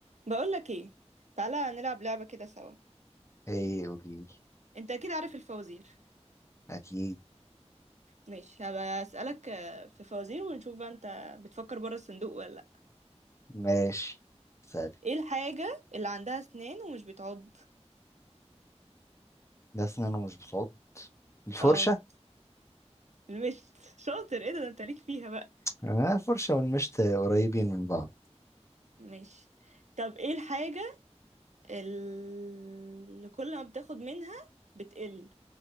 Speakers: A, on the right; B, on the left.
A: بقولك ايه تعالى نلعب لعبة كده سوا
B: ايه قوليلي
A: انت اكيد عارف الفوازير
B: اكيد
A: ماشي هبقى اسألك آه، في فوازير ونشوف بقى انت بتفكر بره الصندوق ولا لا
B: ماشي سهل
A: ايه الحاجة اللي عندها اسنان ومش بتعض
B: ده اسنان ومش بتعض الفرشة
A: اه المشت شاطر ايه ده ده انت ليك فيها بقى
B: آه الفرشة والمشط قريبين من بعض
A: ماشي طب ايه الحاجة اللي كل ما بتاخد منها بتقل